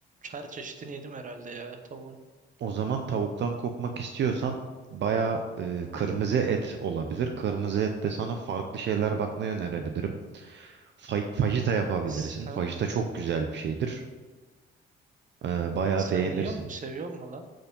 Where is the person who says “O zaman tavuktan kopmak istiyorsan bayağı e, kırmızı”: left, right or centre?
Right